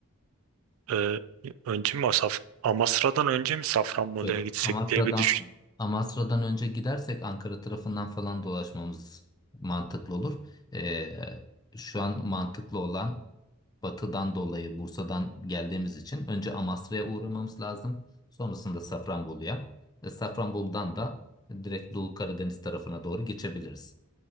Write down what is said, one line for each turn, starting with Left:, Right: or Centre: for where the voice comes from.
Right: e, önce mi Saf Amasra'dan önce mi Safranbolu'ya
Left: Yok,
Right: gitsek
Left: Amasra'dan
Right: diye bir düşün.
Left: Amasra'dan önce gidersek Ankara tarafından falan dolaşmamız mantıklı olur. Ee, şu an mantıklı olan batıdan dolayı Bursa'dan geldiğimiz için önce Amasra'ya uğramamız lazım. Sonrasında Safranbolu'ya. E, Safranbolu'dan da direkt Doğu Karadeniz tarafına doğru geçebiliriz.